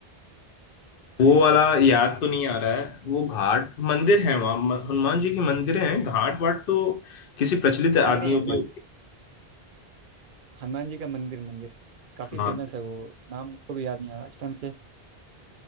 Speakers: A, on the left; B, on the right.
A: वो वाला याद तो नहीं आ रहा है वो घाट मंदिर है वहाँ म- हनुमान जी की मंदिर हैं घाट वाट तो किसी प्रचलित आदमियों
B: नहीं नहीं
A: पे होगी
B: हनुमान जी का मंदिर मंदिर काफी
A: हाँ
B: फेमस है वो नाम मुझको भी याद नहीं आ रहा इस टाइम पे